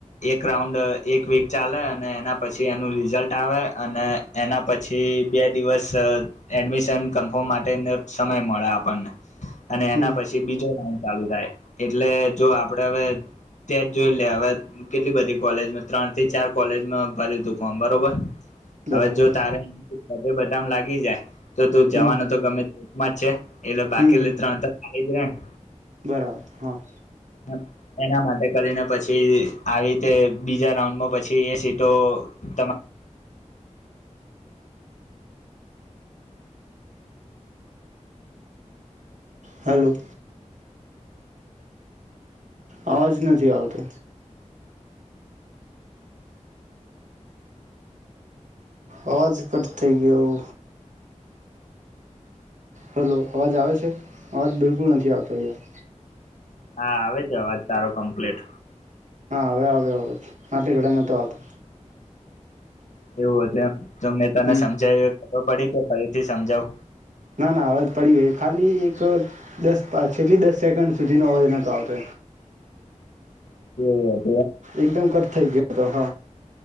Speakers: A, on the left; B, on the right.
A: એક રાઉન્ડ એક વિક ચાલે અને એના પછી એનું રિઝલ્ટ આવે અને એના પછી બે દિવસ એડમિશન કન્ફર્મ માટેને સમય મળે આપણને અને
B: હમ
A: એના પછી બીજો રાઉન્ડ ચાલુ થાય એટલે જો આપડે હવે ત્યા જ જોઈ લે હવે કેટલી બધી કોલેજ ત્રણ થી ચાર કોલેજમાં ભર્યું તું ફોર્મ બરોબર
B: બરાબર
A: હવે જો તારે બધે બધા મ લાગી જાય તો તું જવાનું
B: હમ
A: તો ગમે મ છે <unintelligible>
B: હમ બરાબર હા
A: ને. એના માટે કરીને પછી આ રીતે બીજા રાઉન્ડમાં પછી એ સીધો તમા
B: હલો આવાજ નથી આવતો અવાજ કટ થઈ ગયો હલો અવાજ આવે છે અવાજ બિલકુલ નથી આવતો અહીયા
A: હા આવે છે અવાજ તારો કમ્પ્લીટ
B: હા હવે આવે અવાજ <unintelligible> નતો આવતો
A: એવું હતું એમ જો મેં તને
B: હમ
A: સમજાયુ ખબર પડી કે ફરીથી સમજાવ
B: ના ના અવે પડી ગઈ ખાલી એક દસ પા છેલી દસ સેકન્ડ સુધીનો અવાજ નતો આવતો
A: <inaudible>
B: એકદમ કટ થઈ ગયો અતો હ